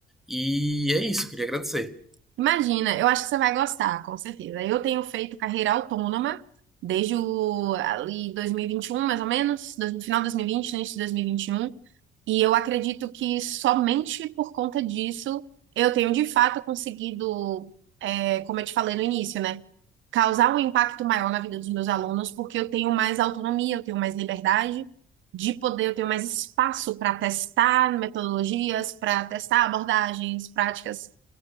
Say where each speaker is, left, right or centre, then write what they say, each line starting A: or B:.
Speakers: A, in the centre; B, on the right (about 75°).
A: E é isso, queria agradecer.
B: Imagina, eu acho que você vai gostar, com certeza. Eu tenho feito carreira autônoma desde o, ali 2021, mais ou menos, dois- no final de 2020, no início de 2021, e vinte e um, e eu acredito que somente por conta disso eu tenho de fato conseguido, é, como eu te falei no início, né, causar um impacto maior na vida dos meus alunos, porque eu tenho mais autonomia, eu tenho mais liberdade de poder, eu tenho mais espaço para testar metodologias, para testar abordagens, práticas